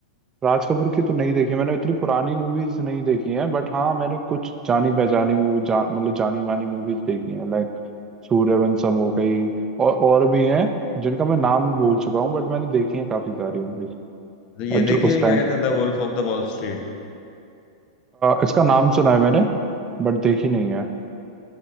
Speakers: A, on the right; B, on the left.
A: राज कपूर की तो नहीं देखी मैंने इतनी पुरानी मूवीज नहीं देखी हैं बट हाँ मैंने कुछ जानी पहचानी मूवी जान मतलब जानी मानी मूवीज देखी हैं लाइक सूर्यवंशम हो गई और और भी हैं जिनका मैं नाम भूल चुका हूँ बट मैंने देखी है काफी सारी मूवीज
B: तो ये
A: जो
B: देखिए
A: उस टाइम
B: क्या कहते हैं The Wolf of the Wall Street
A: इसका नाम सुना है मैंने बट देखी नहीं है